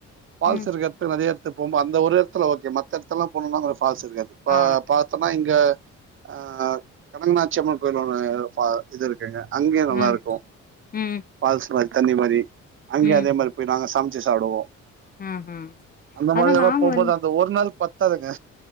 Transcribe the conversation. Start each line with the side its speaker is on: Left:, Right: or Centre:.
Right: பால்ஸ்
Left: ம்
Right: இருக்கிறதுக்கு நெறய த்துபோமா அந்த ஒரு இடத்துல ஓகே மத்த இடத்துல போனோம்னா பால்ஸ் இருக்காது
Left: ஆ
Right: பா பாத்தம்னா இங்க அஹ் கனகநாட்சியம்மன் கோயில் ஒன்னு ஃபா இதற் ங்க அங்கயு
Left: ஆ
Right: நல்லா
Left: ம்
Right: இருக்கு
Left: ம்
Right: பால்ஸ் தண்ணி மாரி அங்கே
Left: ம்
Right: அதே மாரி போய் நாங்க சம் ச்சி சாப்டுவோ
Left: ம் ம்
Right: அந்த மாதிரில்லா
Left: அதா நாங்க
Right: போம்போது
Left: வந்து
Right: அந்த ஒரு நாள் பத்து பத்தாதுங்க